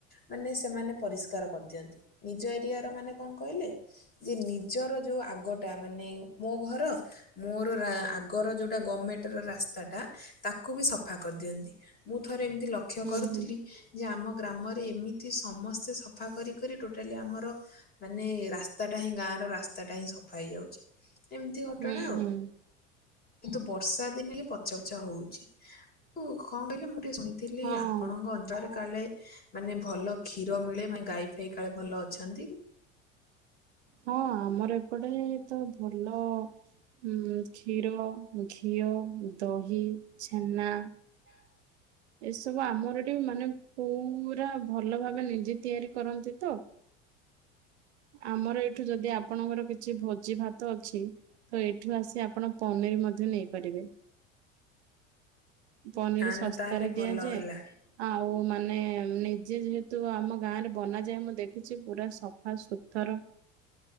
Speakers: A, on the left; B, on the right.
A: ମାନେ ସେମାନେ ପରିଷ୍କାର କରିଦିଅନ୍ତି ନିଜ ଏରିଆ ର ମାନେ କଣ କହିଲେ ଯେ ନି ଜର ଯଉ ଆଗଟା ମାନେ ମୋ ଘର। ମୋର ରା ଆଗର ଯୋଉଟା ଗଭମେଣ୍ଟର ରାସ୍ତାଟା ତାକୁ ବି ସଫା କରିଦିଅନ୍ତି। ମୁଁ ଥରେ ଏମିତି ଲକ୍ଷ୍ୟ
B: ହୁଁ
A: କରୁଥିଲି।
B: ହୁଁ
A: ଯେ ଆମ ଗ୍ରାମରେ ଏମିତି ସମସ୍ତେ ସଫା କରି କରି ଟୋଟାଲି ଆମର। ମାନେ ରାସ୍ତାଟା ହିଁ ଗାଁ ର ରାସ୍ତାଟା ହିଁ ସଫା ହେଇଯାଉଚି ଏମିତି ଘଟଣା
B: ହୁଁ
A: ଆଉ।
B: ହୁଁ
A: କିନ୍ତୁ ବର୍ଷା ଦିନେ ଇଏ ପଚ ପଚ ହଉଛି କୁ କଣ କହିଲେ ମୁଁ ଟିକେ ଶୁଣି ଥିଲି
B: ହଁ
A: ଆପଣଙ୍କ ଅ କାଳେ ମାନେ ଭଲ କ୍ଷୀର ମିଳେ ମାନେ ଗାଈ ଫାଇ କାଳେ ଭଲ ଅଛନ୍ତି।
B: ହଁ ଆମର ଏପଟେ ତ ଭଲ। ହୁଁ କ୍ଷୀର, ଘିଅ, ଦହି, ଛେନା।
A: <unintelligible>
B: ଏସବୁ ଆମର ଟିକେ ମାନେ ପୁରା ଭଲ ଭାବେ ନିଜେ ତିଆରି କରନ୍ତି ତ ଆମର ଏଇଠୁ ଯଦି ଆପଣଙ୍କର କିଛି ଭୋଜି ଭାତ ଅଛି। ତ ଏଠୁ ଆସି ଆପଣ ପନିର ମଧ୍ୟ ନେଇପାରିବେ। ପନିର
A: ନା
B: ଶସ୍ତାରେ
A: ନା ତାହେଲେ ଭଲ
B: ଦିଆଯାଏ।
A: ହେଲା।
B: ଆଉ ମାନେ ନିଜେ ଯେହେତୁ ଆମ ଗାଁରେ ବନାଯାଏ ମୁଁ ଦେଖିଛି ପୁରା ସଫା ସୁତର